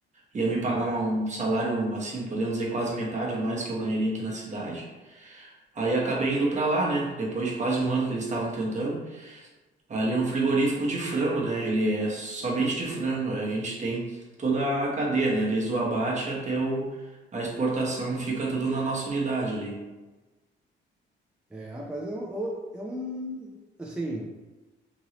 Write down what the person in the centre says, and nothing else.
ah.
É, rapaz, é, um- é um. Assim,